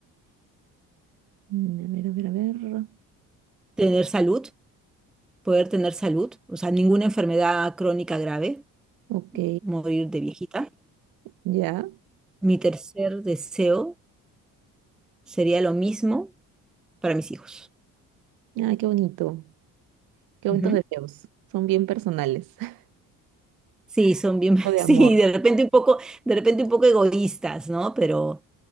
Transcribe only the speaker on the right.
Mm, A ver, a ver, a ver.
Ok,
ya.
Ah, qué bonito. Qué bonitos
deseos. Son bien personales. <laughs>
O de
amor.